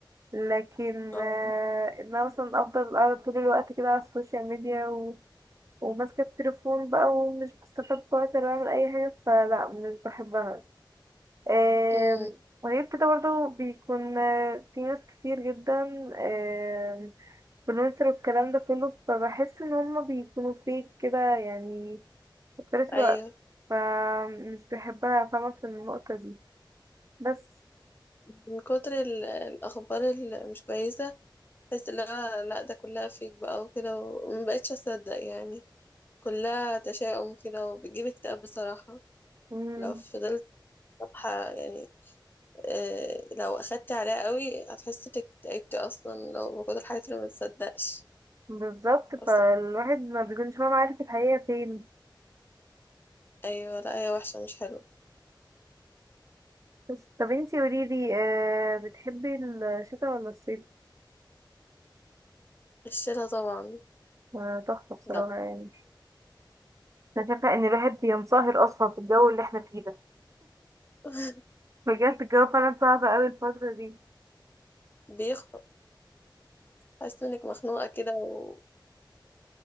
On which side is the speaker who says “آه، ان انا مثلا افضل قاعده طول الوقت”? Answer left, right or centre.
Right